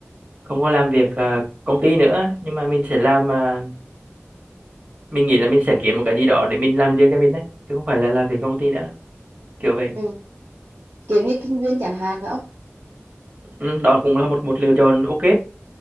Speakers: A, on the right (about 40°); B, on the right (about 55°).
A: không có làm việc à, công ty nữa nhưng mà mình sẽ làm à, mình nghĩ là mình sẽ kiếm một cái gì đó để mình làm riêng cho mình đấy chứ không phải là làm việc công ty nữa kiểu vậy
B: Ừ. Kiểu như kinh doanh chẳng hạn phải không?
A: ừ, đó cũng là một một lựa chọn ok